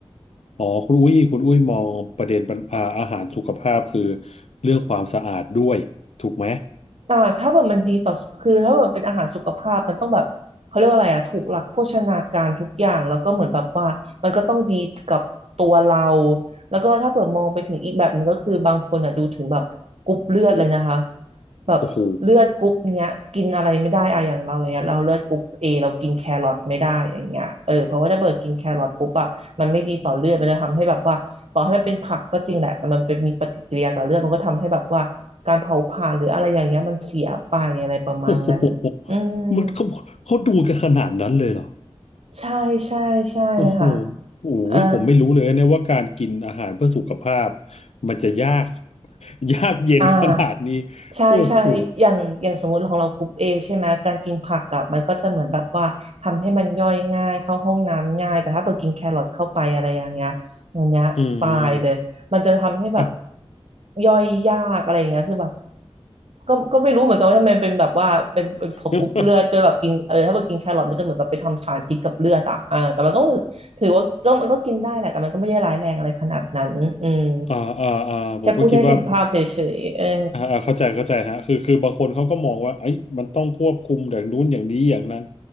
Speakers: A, on the left; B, on the right.
A: อ๋อคุณอุ้ยคุณอุ้ยมองประเด็นปัญอาอาหารสุขภาพคือเรื่องความสะอาดด้วยถูกไหม
B: อ่าถ้าแบบมันดีต่อคือถ้าแบบเป็นอาหารสุขภาพมันต้องแบบเขาเรียกว่าอะไรอ่ะถูกหลักโภชนาการทุกอย่างแล้วก็เหมือนแบบว่ามันก็ต้องดีกับตัวเราแล้วก็ถ้าเผื่อมองไปถึงอีกแบบหนึงก็คือบางคนอ่ะดูถึงแบบกรุ๊ปเลือดเลยนะคะแบบเลือดกรุ๊ปเนี้ยกินอะไรไม่ได้อะอย่างเราอย่างเงี้ยเราเลือดกรุ๊ปเอเรากินแครอทไม่ได้อย่างเงี้ยเออเพราะว่าถ้าเปิดกินแครอทปุ๊บอ่ะ
A: โอ้โห
B: มันไม่ดีต่อเลือดมันจะทำให้แบบว่าต่อให้มันเป็นผักก็จริงแหละแต่มันเป็นมีปฏิกิริยากับเลือดมันก็ทำให้แบบว่าการเผาผลาญหรืออะไรอย่างเงี้ยมันเสียไปอะไรประมาณนั้นอืม
A: โอ้โห <laughs> มันเขาเขาดูกันขนาดนั้นเลยเหรอ
B: ใช่ใช่ใช่ค่ะ
A: โอ้โหโอ้ยผมไม่รู้เลยนะว่าการกินอาหารเพื่อสุขภาพ
B: เอ่อ
A: มันจะยาก <laughs> ยากเย็นขนาดนี้
B: อ่า ใช่ใช่อย่างอย่างสมมติของเรากรุ๊ปเอใช่ไหมการกินผักอะมันก็จะเหมือนแบบว่า
A: โอ้โห
B: ทำให้มันย่อยง่าย เข้าห้องน้ำง่ายแต่ถ้าเกิดกินแครอทเข้าไปอะไรอย่างเงี้ยอย่างเงี้ยตายเลยมันจะทำให้แบบ
A: อืมอ่ะ
B: ย่อยยากอะไรอย่างเงี้ยคือแบบก็ก็ไม่รู้เหมือนกันว่าทำไมเป็นแบบว่าเป็นเป็นพอกรุ๊ปเลือดด้วยแบบกินเออถ้าเกิดกินแครอทมันจะเหมือนแบบไปทำสารพิษกับเลือดอะเออแต่มันก็
A: <laughs>
B: ถือว่าก็มันก็กินได้แหละแต่มันก็ไม่ได้ร้ายแรงอะไรขนาดนั้นอืม
A: อ่าอ่าอ่าผมก็คิดว่า
B: แค่พูดให้เห็นภาพเฉยๆเออ
A: อ่าอ่าเข้าใจเข้าใจฮะคือคือบางคนเขาก็มองว่าเอ้ยมันต้องควบคุมอย่างนู้นอย่างนี้ อย่างนั้น